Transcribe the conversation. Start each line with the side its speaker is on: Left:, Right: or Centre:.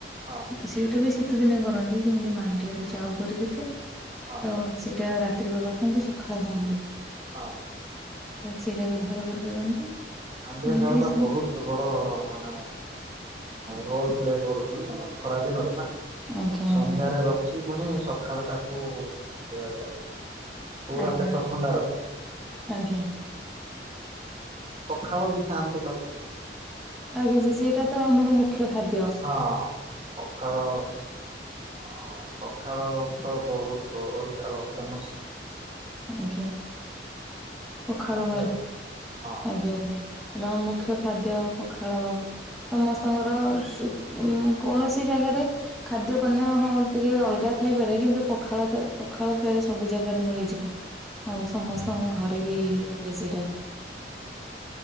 Right: ହଁ
Centre: ସେଟା ବି ଶୀତ ଦିନେ କରନ୍ତି ଯେମିତି ମାଣ୍ଡିଆରୁ ଯାଉ କରିଦେଲେ
Right: ହଁ
Centre: ତ ସେଇଟା ରାତିରେ ରଖନ୍ତି ସକାଳେ ଖାଆନ୍ତି।
Right: ହଁ
Centre: ପୁରା ଚିରା ବ୍ୟବହାର କରିପାରନ୍ତି।
Right: ମାଣ୍ଡିଆ
Centre: ଏମିତି
Right: ଜାଉ ର
Centre: ସବୁ
Right: ବହୁତ ତ ବଡ ମାନେ ରୋଲ ପ୍ଲେ କରୁ ନା ଖରାଦିନରେ ନା
Centre: ଆଜ୍ଞା
Right: ସନ୍ଧ୍ୟାରେ
Centre: ଆଜ୍ଞା
Right: ରଖି ପୁଣି ସକାଳେ ତାକୁ ଖିଆଯାଏ। ପୁରା
Centre: ଆଜ୍ଞା।
Right: ପେଟ ଥଣ୍ଡା ରଖେ।
Centre: ଆଜ୍ଞା।
Right: ପଖାଳ ବି ଖାଆନ୍ତି ଲୋକ
Centre: ଆଜ୍ଞା ସେ ସେଇଟା ତ ଆମର ମୁଖ୍ୟ ଖାଦ୍ୟ।
Right: ହଁ ପଖାଳ ଅ ପଖାଳ ତ ବହୁତ ଓଡ଼ିଶାର ଫେମସ।
Centre: ଆଜ୍ଞା ପଖାଳ
Right: ଖାଦ୍ୟ
Centre: ପାଇଁ
Right: ହଁ ହଁ
Centre: ଆଜ୍ଞା ସାର୍। ଏବଂ ମୁଖ୍ୟ ଖାଦ୍ୟ ପଖାଳ ସମସ୍ତଙ୍କର ସେ ଉ କୌଣସି ଜାଗାରେ ଖାଦ୍ୟ ପାନୀୟ ହ ଟିକେ ଅଲଗା ଥାଇପାରେ କିନ୍ତୁ ପଖାଳ ପଖାଳ ପ୍ରାୟ ସବୁ ଜାଗାରେ ମିଳିଯିବ। ଆଉ ସମସ୍ତଙ୍କ ଘରେ ବି ହୁଏ ସେଇଟା।